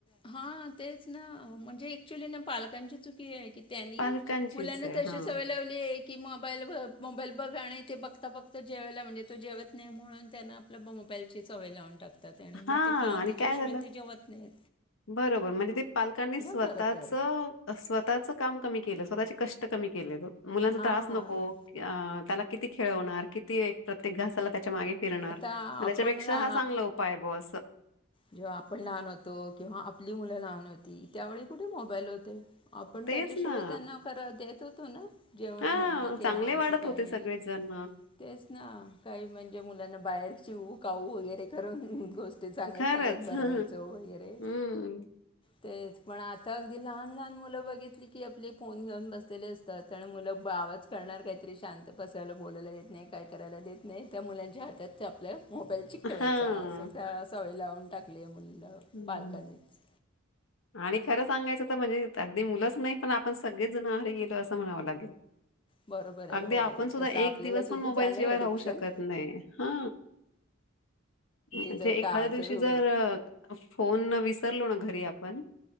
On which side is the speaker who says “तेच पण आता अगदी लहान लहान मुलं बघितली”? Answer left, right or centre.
Left